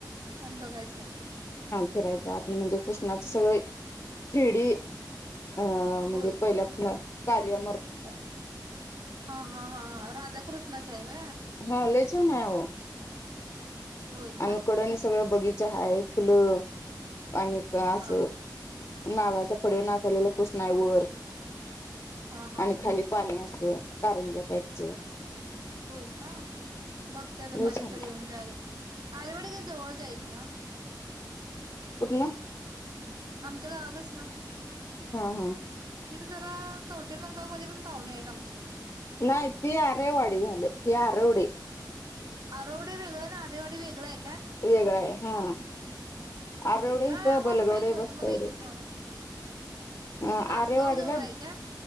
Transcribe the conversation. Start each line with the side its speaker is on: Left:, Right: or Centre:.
Right: अन बघायच.
Left: फिरायच आत म्हणजे कृष्णाच सगळ थ्रीडी अ.. म्हणजे
Right: होय
Left: पाहिल्यापासन कार्य
Right: हा.. हा.. हा.. हा. राधा कृष्णाचये का?
Left: हा लय छान आहे अहो..
Right: होय
Left: आम्ही
Right: का
Left: कुड नी सगळ बगी चहा वैगेरे पिलो. आणि अस
Right: हा
Left: नागाच्या फडवर नाचायलेला कृष्णये वर..
Right: हा हा
Left: आणि
Right: हा
Left: खाली पाणी असतया. कारंजा टाईपच.
Right: होय.. का? बघते आता
Left: लय
Right: कधीतरी
Left: छान
Right: येऊन जाईलच. आईवडील जवळच आयत ना?
Left: कुठल?
Right: आमच्या गावच ना?
Left: हा.. हा.
Right: तिथे जरा कवटे मंंगव मध्ये पण पाहुणये आहेत आमचे.
Left: नाय ती आरेवाडी झाली. ही आरेवडी.
Right: आरावडी वेगळ अन आरेवाडी वेगळये?
Left: वेगळ आहे. हा.. आरेवडी
Right: होय का
Left: इथ बलगवडे
Right: मला माहित नव्हतं
Left: बसतय
Right: मला एकच
Left: बाई.
Right: आहे म्हणाले
Left: अ..
Right: तासगाव
Left: आरेवाडीला.
Right: जवळ आहे का